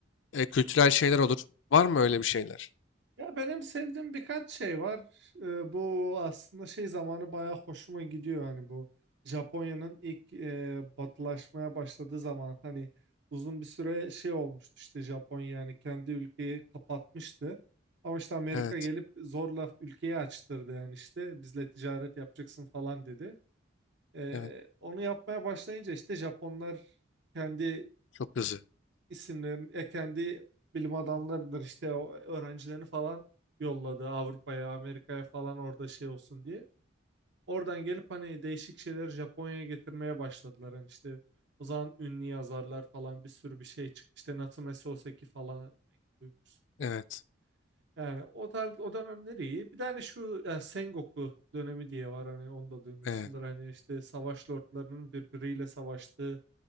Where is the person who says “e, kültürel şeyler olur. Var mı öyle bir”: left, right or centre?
Left